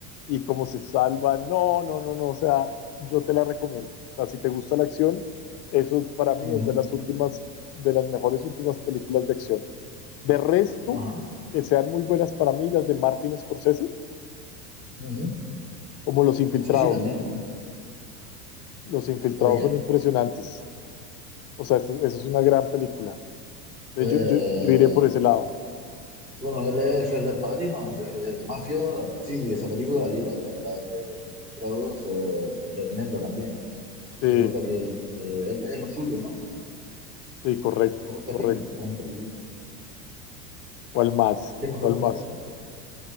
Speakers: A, on the left; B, on the right.
A: y cómo se salva, no, no, no, no, o sea, yo te la recomiendo. O sea, si te gusta la acción, eso para mí
B: ujú,
A: es de las últimas, de las mejores últimas películas de acción. De resto,
B: Ajá,
A: que sean muy buenas para mí las de Martin Scorsese,
B: ujú.
A: como Los Infiltrados.
B: Sí, sí, también. ¿no?
A: Los Infiltrados
B: Está bien.
A: son impresionantes. O sea, esa es una gran película. entonces
B: Eh,
A: Yo, yo, yo iré por ese lado.
B: bueno, él es el del Padrino, no sé, de, de Mafia. Sí, esa película la vi, la, de- la de Infiltrados, eh, tremenda también.
A: Sí,
B: Se nota que eh, es, es lo suyo, ¿no?
A: sí, correcto,
B: Gran película,
A: correcto.
B: gran película.
A: ¿Cuál más?
B: ¿Qué más
A: ¿Cuál
B: cosas
A: más?
B: te gustan?